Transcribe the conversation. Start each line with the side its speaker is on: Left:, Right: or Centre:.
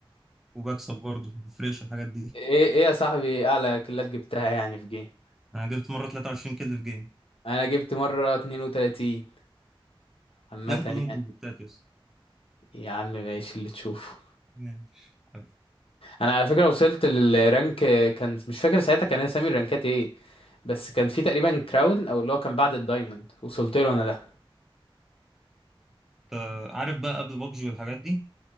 Centre: وبكسب برضه مفرقش الحاجات دي
Left: ايه ايه يا صاحبي اعلى كلات جبتها يعني في جيم
Centre: انا جبت مره 23 كل في جيم
Left: انا جبت مرة 32 عامة
Centre: تلاقيهم
Left: يعني
Centre: كلهم كومبليتات يس
Left: يا عم ماشي اللي تشوفه
Centre: ماشي حبيبي.
Left: انا على فكرة وصلت للرانك كان مش فاكر ساعتها كان اسامي الرانكات ايه بس كان في تقريبا كراون او اللي هو كان بعد الدايموند وصلت له انا ده
Centre: انت عارف بقى قبل بابجي والحاجات دي